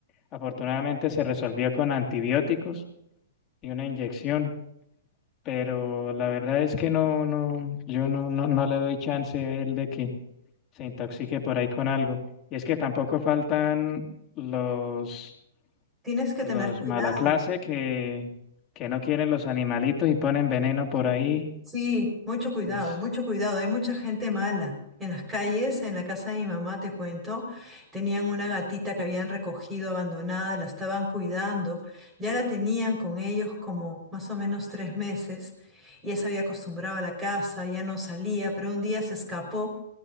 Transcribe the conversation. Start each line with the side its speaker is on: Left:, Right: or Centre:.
Left: Afortunadamente se resolvió con antibióticos y una inyección, pero la verdad es que no, no, yo no, no, no le doy chance a él de que se intoxique por ahí con algo. Y es que tampoco faltan los,
Right: Tienes que
Left: los
Right: tener cuidado.
Left: mala clase que, que no quieren los animalitos y ponen veneno por ahí.
Right: Sí, mucho cuidado,
Left: Entonces,
Right: mucho cuidado. Hay mucha gente mala. En las calles, en la casa de mi mamá, te cuento, tenían una gatita que habían recogido abandonada, la estaban cuidando. Ya la tenían con ellos como más o menos tres meses. Ya se había acostumbrado a la casa, ya no salía, pero un día se escapó